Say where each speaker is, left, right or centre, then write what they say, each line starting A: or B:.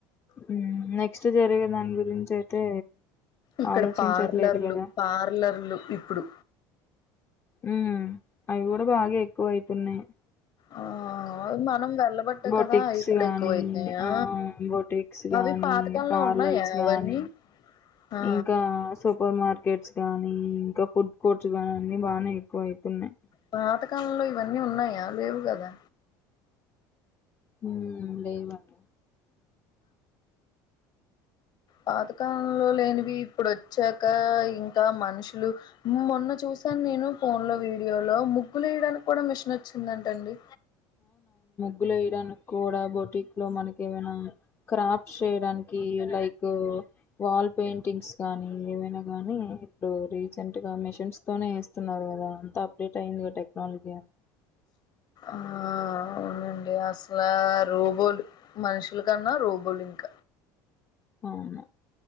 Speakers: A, on the left (about 25°); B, on the left (about 45°).
A: హ్మ్ నెక్స్ట్ జరిగే దాని గురించి అయితే
B: ఇక్కడ
A: ఆలోచించట్లేదు
B: పార్లర్లు
A: కదా
B: పార్లర్లు ఇప్పుడు
A: హ్మ్ అవి కూడా బాగా ఎక్కువైతున్నాయి
B: ఆ ఆ అ మనం వెళ్లబట్టే
A: బొటిక్స్
B: కదా అవి కూడా
A: గానీ
B: ఎక్కువైతనాయా
A: ఆ బొటిక్స్ గానీ
B: అవి పాత లో
A: పార్లర్స్
B: ఉన్నాయా అవన్నీ
A: గానీ
B: ఆ
A: ఇంకా సూపర్ మార్కెట్స్ గానీ ఇంకా ఫుడ్ కోర్ట్స్ గానీ అన్ని బానే వయితునై
B: పాతకాలం లొ ఇవన్నీ ఉన్నాయా లేవు కదా
A: హ్మ్ లేవట
B: కాదు కాలంలో లేనివి ఇప్పుడు వచ్చాక ఇంకా మనిషి లు మొన్న చూసాను నేను ఫోన్ లో వీడియో లో ముగ్గులేయడాని కూడ మిషన్ ఒచ్చిందంటండి
A: గ్గులు వేయడానికి కూడా బోటిక్ లో మనకి ఏమైనా క్రాఫ్ట్స్ చేయడానికి లైక్ వాల్ పెయింటింగ్స్ గానీ ఏవైనా గానీ ఇప్పుడు రీసెంట్ గా మిషన్స్ తోనే ఎస్త్ తున్నారు గదా అంత అప్డేట్ అయింది గా టెక్నాలజీ
B: ఆఆ అవునన్ డి అసలా రోబోలు మనుషుల కన్నా రోబోలు ఇంక
A: అవును